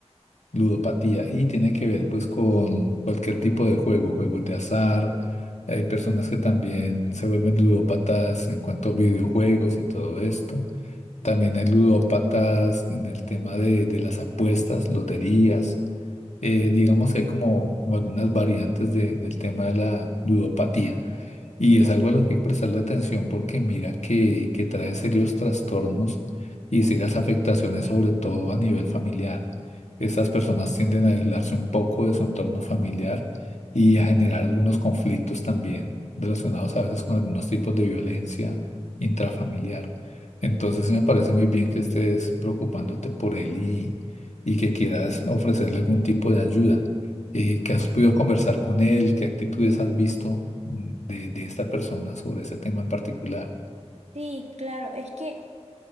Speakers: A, on the left; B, on the right.
A: ludopatía y tiene que ver pues con cualquier tipo de juego, juegos de azar. Hay personas que también se vuelven ludópatas en cuanto a videojuegos y todo esto. También hay ludópatas en el tema de, de las apuestas, loterías. Eh, digamos que hay como, como algunas variantes de- del tema de la ludopatía. Y es algo a lo que hay que prestarle atención porque mira que, que trae serios trastornos y serias afectaciones, sobre todo a nivel familiar. Estas personas tienden a aislarse un poco de su entorno familiar y a generar algunos conflictos también relacionados a veces con algunos tipos de violencia intrafamiliar. Entonces sí me parece muy bien que estés preocupándote por él y, y que quieras ofrecerle algún tipo de ayuda eh, que has podido conversar con él, qué actitudes has visto mm, de, de esta persona sobre ese tema en particular.
B: Sí, claro, es que